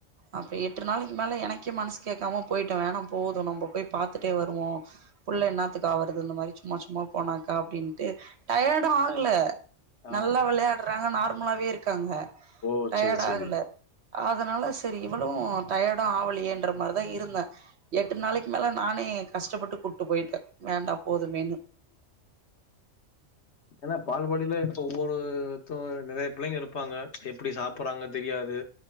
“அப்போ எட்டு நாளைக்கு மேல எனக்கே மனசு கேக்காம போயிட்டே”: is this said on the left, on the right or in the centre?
Right